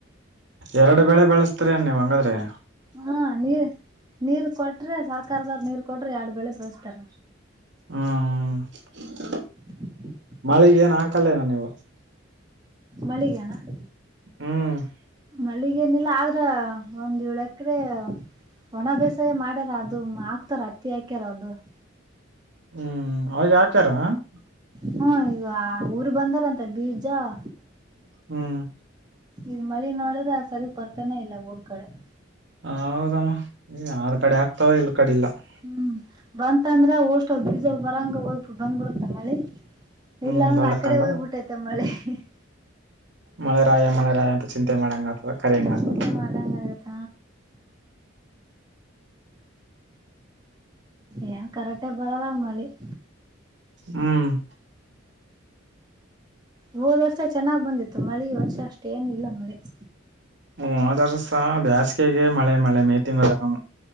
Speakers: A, on the right; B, on the right.
A: ಎರಡ ಬೆೇಳೆ ಬೆಳಸ್ತರಿನ್ ನೀವ್ ಹಂಗಾದ್ರೆ. <inaudible>
B: ಹಾ ನೀರ್ ನೀರ್ ಕೊಟ್ರೆ ಸರ್ಕಾರದವರು ನೀರ್ ಕೊಟ್ರೆ ಎರಡ ಬೆಳೆ ಬೇಳಸ್ತಾರ. <inaudible>
A: ಹಾ ಹ <inaudible>
B: <inaudible>
A: ಮಳೆಗ ಏನ್ ಹಾಕಲ್ಲ ಏನ್ ನೀವು? <inaudible>
B: ಮಳಿಗಾ? <inaudible>
A: ಹೂ <inaudible>
B: ಮಳಗೇ ಏನಿಲ್ಲ ಆದ್ರ ಒಂದ್ ಏಳು ಎಕರೆ <inaudible> ಒಣ ಬೇಸಾಯ ಮಾಡ್ಯಾರ ಅದು ಹಾಕ್ತಾರ ಹತ್ತಿ ಹಾಕ್ಯಾರ ಅವರದು, <inaudible>
A: ಹೂ ಅವಾರದ ಆತಾ ಸರ್? <inaudible>
B: ಹ ಈಗ ಊರು ಬಂದಾರಂತ ಬೀಜಾ <inaudible>
A: ಹೂ <inaudible>
B: ಈ ಮಳಿ ನೋಡಿದ್ರೆ ಸರಿಗ್ ಬರ್ತಾನೆ ಇಲ್ಲ ಊರ್ ಕಡೆ. <inaudible>
A: ಹೌದಮ್ಮ ಯಾದ ಕಡೆ ಆಗ್ತಾವ ಇಲ್ ಕಡೆ ಇಲ್ಲ. <inaudible>
B: ಹೂ ಬಂತ ಅಂದ್ರ ಒಸಟ್ಟು ಬೀಜ ಬರಂಗ ಹೋಗ ಬಂದ್ಬಿಡತ್ತ ಮಳಿ. <inaudible>
A: ಹ್ಮ್
B: ಇಲ್ಲ ಅಂದ್ರೆ
A: ಬರ್ಲಕ್ಕಂದ್ರ
B: ಆ ಕಡೆ ಹೋಗ್ಬಿಟ್ಟೈತೆ ಮಳಿ. <inaudible>
A: ಮಳೆರಾಯ ಮಳೆರಾಯ ಅಂತ ಚಿಂತೆ ಮಾಡಂಗ್ತ ಕರಿಯಂಗ್ತದ.
B: ಚಿಂತೆ
A: <inaudible>
B: ಮಾಡಂಗ ಆಗತ್ತ ಏನ್ ಕರೆಕ್ಟಗ ಬರಲ್ಲ ಮಳಿ. <inaudible>
A: ಹೂ <inaudible>
B: ಹೋದ್ ವರ್ಷ ಚೆನ್ನಾಗ ಬಂದಿತ್ತು ಮಳಿ ವರ್ಷ ಅಷ್ಟೇ ಏನಿಲ್ಲ ಮಳಿ. <inaudible>
A: ಹೂ ಹೋದ ವರ್ಷ ಬೇಸ್ಗೆಗೆ ಮಳೆ ಮಳೆ ಮೇ ತಿಂಗಳ ಒಮ್ಮೆ <inaudible>